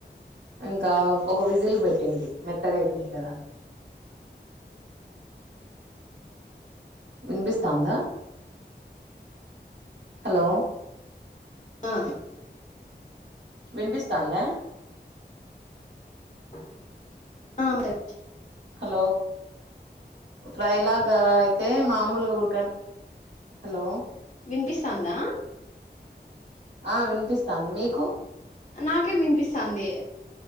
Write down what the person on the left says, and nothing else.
ఆ
అమేదగ్గర
వినిపిస్టాందా
నాకే వినిపిస్థాది